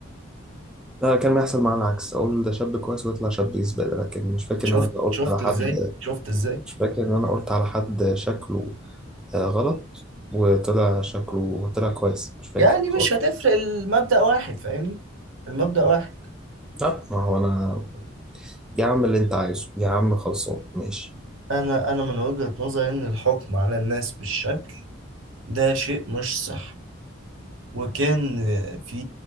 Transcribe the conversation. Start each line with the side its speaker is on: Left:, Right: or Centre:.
Centre: لا كان بيحصل معايا العكس اقول ده شاب كويس ويطلع شاب زباله لكن مش فاكر
Right: شفت
Centre: ان انا قلت
Right: شفت
Centre: على حد
Right: ازاي شفت ازاي
Centre: مش فاكر ان انا قلت على حد شكله آه، غلط وطلع شكله طلع كويس مش فاكر
Right: يعني
Centre: خالص
Right: مش هتفرق المبدأ واحد فاهمني المبدأ واحد
Centre: لا ما هو انا يا عم اللي انت عايزه يا عم خلصان ماشي
Right: انا انا من وجهة نظري ان الحكم على الناس بالشكل ده شيء مش صح وكان في